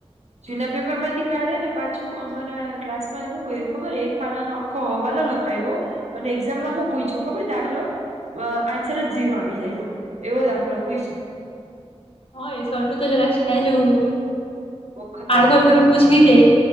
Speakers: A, on the right; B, on the left.
A: જૂના પેપર માંથી કાઢે ને પાછું અમારા ક્લાસમાં શું કર્યું ખબર એક પાના નો આખો હવાલો લખાવ્યો, અને એક્ઝામમાં હું પૂછું ખબર દાખલો, આન્સર જ ઝીરો આવી જાય બોલ એવો દાખલો પૂછ્યો.
B: હ એ સવનું તો જરાક છે જ આવું.
A: બહુ ખતરનાક
B: આગ તરું પૂછી દઈ,